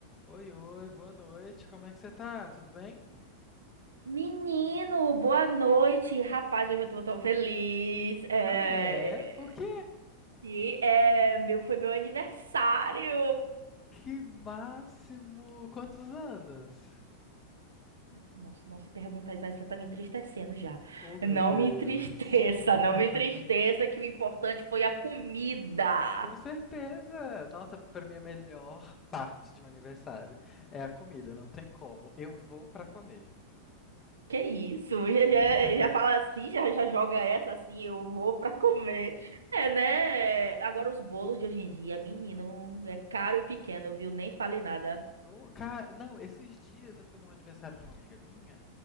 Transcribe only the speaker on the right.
Menino, boa noite. Rapaz, hoje eu tô tão feliz. É,
é, e é, meu, foi meu aniversário.
Não, não se pergunta isso, aí você tá me entristecendo já.
Não
me entristeça,
não me entristeça, que o importante foi a comida.
Que isso? Já, já,
já fala assim, já, já joga essa assim, eu vou pra comer. É, né? Agora os bolos de hoje em dia, menino, é caro e pequeno, viu? Nem fale nada.